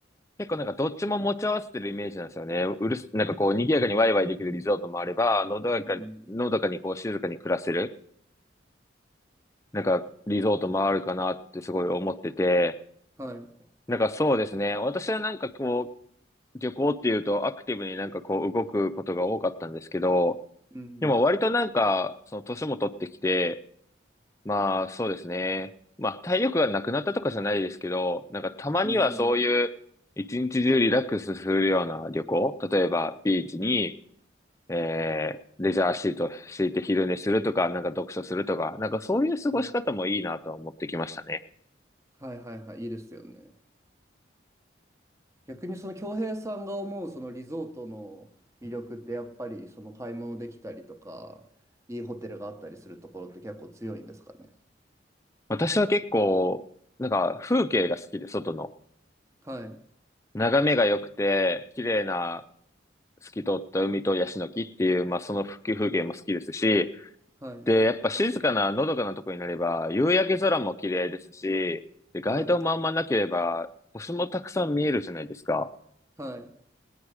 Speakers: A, on the left; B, on the right.
A: 結構なんかどっちも持ち合わせてるイメージなんですよね。うるす、なんかこう賑やかにワイワイできるリゾートもあれば、のどやか、
B: うん。
A: のどかにこう静かに暮らせる、なんかリゾートもあるかなってすごい思ってて、
B: はい。
A: なんかそうですね。私はなんかこう、旅行っていうとアクティブになんかこう動くことが多かったんですけど、
B: うん。
A: でも割となんか、その年も取ってきて、まあ、そうですね。まあ、体力がなくなったとかじゃないですけど、なんかたまにはそういう、
B: うん。
A: 一日中リラックスするような旅行、例えばビーチに、えー、レジャーシート敷いて昼寝するとか、なんか読書するとか、なんかそういう過ごし方もいいなとは思ってきましたね。
B: うん。はいはいはい。いいですよね。逆にその恭平さんが思うそのリゾートの魅力ってやっぱりその買い物できたりとか、いいホテルがあったりするところって結構強いんですかね。
A: 私は結構、なんか風景が好きで、外の。
B: はい。
A: 眺めが良くて、綺麗な透き通った海とヤシの木っていう、まあその風景風景も好きですし、
B: はい。
A: で、やっぱ静かな、のどかなとこになれば、夕焼け空も綺麗ですし、で、街灯もあんまなければ、
B: はい。
A: 星もたくさん見えるじゃないですか。
B: はい。